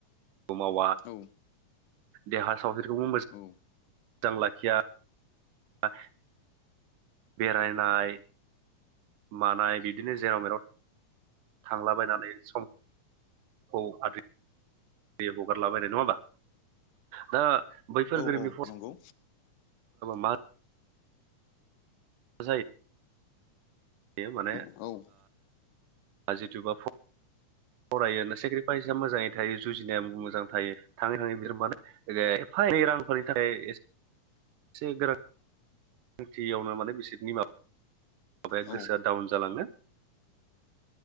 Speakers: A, on the right; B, on the left.
A: खमाव
B: औ
A: देहा सावस्रिखौबो
B: औ
A: मोथां लाखिया बा बेरायनाय मानाय बिदिनो जेराव मेराव थांलाबायनानै समखौ आ बे हगारलाबायनाय नङा होमबा दा बैफोर
B: औ
A: गोरिबनि
B: औ नंगौ।
A: मा बजायो बे माने
B: औ
A: ओ जिथुबा फरायो सेक्रिफाइसआ मोजाङै थायो जुजिनाया मोजां थायो थाङै थाङै बिराद माने एफा एनै रांफोरनि थाखाय एसे गोनां थांथियावनो माने बिसोरनि माबा माबाया
B: औ
A: गोसोआ डाउन जालाङो।